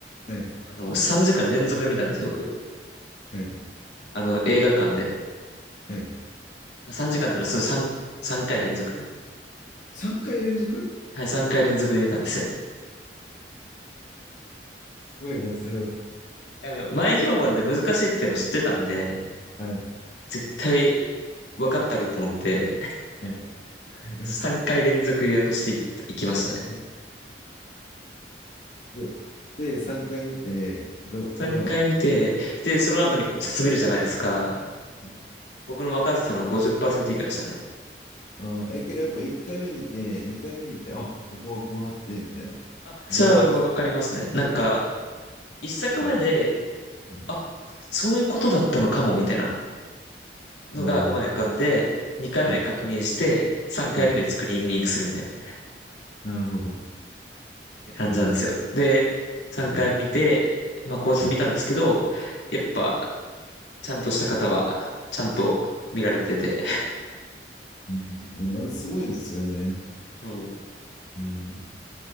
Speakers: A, on the left; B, on the left.
A: はい、
B: あの、3時間連続で見たんですよ、僕。
A: はい、
B: あの、映画館で。
A: はい。
B: 3時間っていうのは、その3、3回連続。
A: 3回連続
B: はい、3回連続で見たんですよ。
A: すごいな、それは。
B: あの、前評判で難しいっていうの知ってたんで、
A: はい、
B: 絶対分かったると思って、
A: はい。
B: <laughs>
A: <laughs>
B: 3回連続予約していった、行きましたね。
A: すごいで、で、3回見て、どう、
B: 3回見て、
A: どうなった
B: で、その後に考察見るじゃないですか。
A: 一番どうなっ
B: 僕の任せたの50%以下でしたね。
A: たあー、え、けどやっぱ1回目見て、2回目見て、あ、ここはこうなって、みたいな。
B: あ、
A: 順を追って
B: それはわかりますね。なんか、一作目で、
A: うんうん
B: あ、そういうことだったのかも、みたいなのが頭で浮かんで、
A: ああー、
B: 二回目で確認して、
A: はい、
B: 三回目でスクリーニングするみたいなっ
A: はい。なるほど。
B: て感じなんですよ。
A: あん。
B: で、三回見て、
A: うん。
B: まあ、考察見たんですけど、
A: うん
B: やっぱ、ちゃんとした方は、ちゃんと見られてて。
A: うんあれすごいですよね。
B: <laughs> うん。
A: うん。